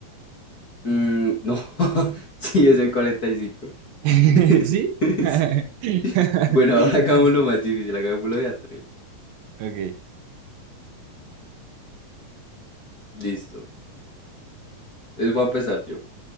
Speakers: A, on the left (about 35°); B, on the right (about 75°).
A: mm, no, <laughs> sí, es el cuarenta y cinco,
B: <laughs>
A: <laughs>
B: ¿Sí? <laughs>
A: Sí. Bueno, ahora hagámoslo más difícil, hagámoslo de a 3.
B: Ok,
A: Listo. Entonces voy a empezar yo.